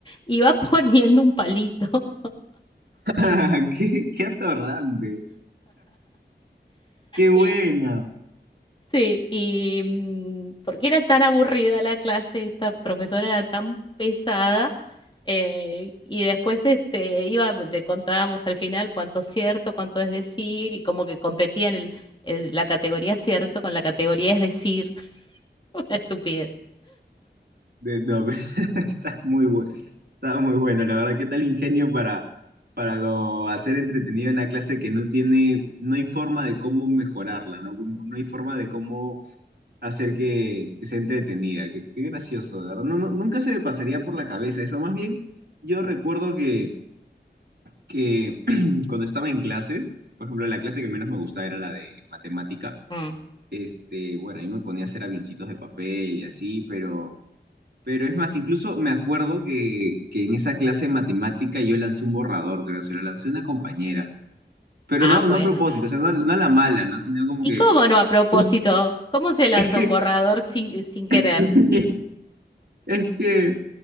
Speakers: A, on the left (about 25°); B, on the right (about 60°).
A: iba <laughs> poniendo un palito.
B: <laughs> Qué, qué atorrante. Qué buena.
A: Sí, sí, y mm, porque era tan aburrida la clase, esta profesora era tan pesada, eh, y después este, iba, le contábamos al final cuánto es cierto, cuánto es decir, y como que competían el, el- la categoría cierto con la categoría es decir. <laughs> Una estupidez.
B: De- no, pero <laughs> está muy bueno, está muy bueno, la verdad, qué tal ingenio para, para como hacer entretenido una clase que no tiene, no hay forma de cómo mejorarla, ¿no? Como- no hay forma de cómo hacer que, que sea entretenida, qué, qué gracioso, de verdad, no, no- nunca se me pasaría por la cabeza eso, más bien, yo recuerdo que, que <clears throat> cuando estaba en clases, por ejemplo, la clase que menos me gustaba era la de matemática,
A: Mm.
B: este, bueno, yo me ponía a hacer avioncitos de papel y así, pero... Pero es más, incluso me acuerdo que, que en esa clase de matemática yo lancé un borrador, creo, se lo lancé a una compañera. Pero
A: Ah,
B: no,
A: bueno.
B: no a propósito, o sea, no, no a la mala, ¿no? Sino como
A: ¿Y
B: que...
A: cómo no a propósito?
B: jus-
A: ¿Cómo se lanza
B: es que,
A: un borrador sin, sin querer?
B: <laughs> es que,